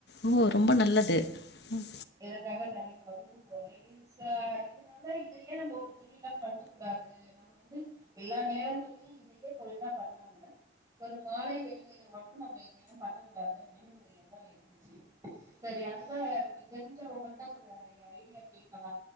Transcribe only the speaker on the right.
இதற்காக தனியா வகுப்பு போலை இ ரீல்ஸ்ல இதனால இத ஏ நம்ம ஒரு தொழிலா பண்ண கூடாது நம்ப வந்து எல்லா நேரங்கள்லியு இதையே தொழிலா பண்ணாம ஒரு மாலை வேலையில மட்டு நம்ம இதையு பண்ணக்கூடாது அப்டின் னு ஒரு எண்ணம் இருந்தது சரி அதுதா நம்ம தெரிஞ்சவங்கள்ட்ட ஒரு ஐ ஐடியா கேக்கலா